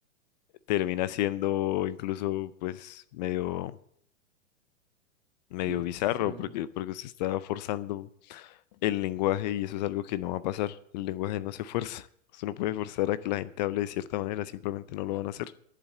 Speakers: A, on the left; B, on the right.
A: termina siendo incluso pues medio medio
B: Sí, es
A: bizarro
B: extraño.
A: porque porque usted está forzando el lenguaje y eso es algo que no va a pasar. El lenguaje no se fuerza. <laughs> Usted no puede forzar a que la gente hable de cierta manera, simplemente no lo van a hacer.